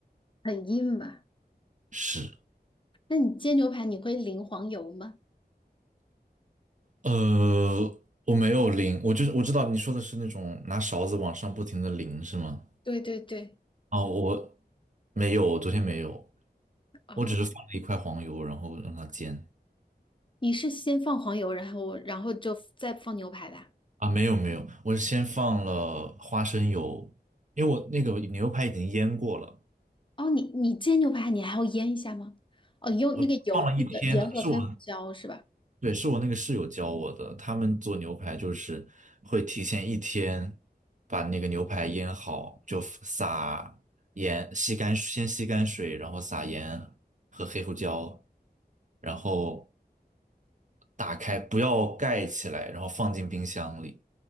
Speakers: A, on the left; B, on the right.
A: 很硬吧？
B: 是，
A: 那你煎牛排你会淋黄油吗？
B: 呃，我没有淋，我就是我知道你说的是那种拿勺子往上不停的淋是吗？
A: 对对对，
B: 啊，我没有，我昨天没有，
A: 哦，
B: 我只是放了一块黄油，然后让它煎。
A: 你是先放黄油，然后我，然后就再放牛排的啊
B: 啊，没有没有，我是先放了花生油，因为我那个牛排已经腌过了，
A: 哦，你你煎牛排你还要腌一下吗？哦，你用那个油，
B: 我放了一天呢，
A: 那个盐和黑胡椒是吧？
B: 是我，对，是我那个室友教我的，他们做牛排就是会提前一天把那个牛排腌好，就撒盐，吸干，先吸干水，然后撒盐和黑胡椒，然后打开，不要盖起来，然后放进冰箱里，